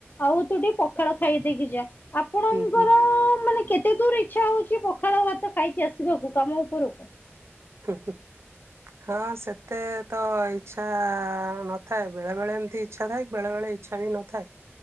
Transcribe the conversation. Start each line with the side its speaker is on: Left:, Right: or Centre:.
Left: ଆଉ ତୁ ଟିକେ ପଖାଳ ଖାଇଦେଇକି ଯା। ଆପ୍ ଆପଣଙ୍କର
Right: ହୁଁ ହୁଁ
Left: ମାନେ କେତେ ଦୂର ଇଚ୍ଛା ହଉଛି ପଖାଳ ଭାତ ଖାଇକି ଆସିବାକୁ କାମ ଉପରକୁ?
Right: ହଁ ହୁଁ ହଁ ସେତେ ତ ଇ ଇଚ୍ଛା ନଥାଏ। ବେଳେବେଳେ ଏମିତି ଇଚ୍ଛା ଥାଏ, ବେଳେବେଳେ ଇଚ୍ଛା ବି ନଥାଏ।